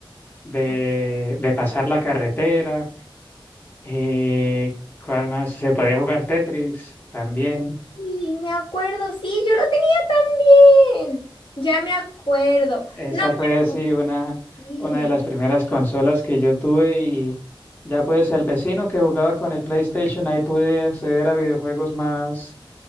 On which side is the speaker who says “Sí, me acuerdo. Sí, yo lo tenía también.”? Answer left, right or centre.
Left